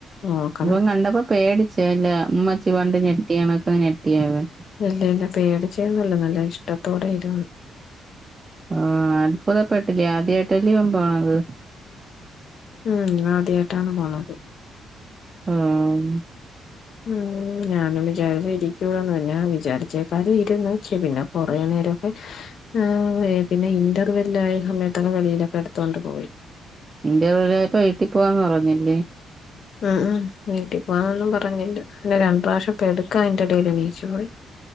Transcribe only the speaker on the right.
ഇവൻ കണ്ടപ്പോ പേടിച്ച് ഉമ്മച്ചി പണ്ട് ഞെട്ടിയാണക്ക ഞെട്ടിയ അവൻ
ആഹ് അത്ഭുതപ്പെട്ടില്ലേ ആദ്യയായിട്ടല്ലേ ഓൻ പോണത്
ഉം
ഇൻറ്റർ വല്ല് ആയപ്പോ വീട്ടി പോവാന്ന് പറഞ്ഞില്ലേ